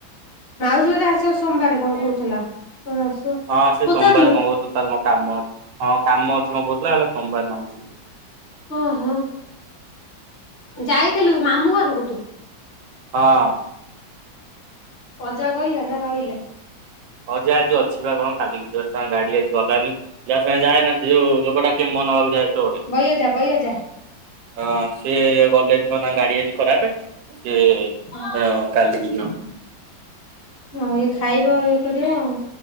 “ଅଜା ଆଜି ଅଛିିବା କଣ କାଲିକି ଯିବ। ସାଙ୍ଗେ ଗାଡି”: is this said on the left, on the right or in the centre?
Right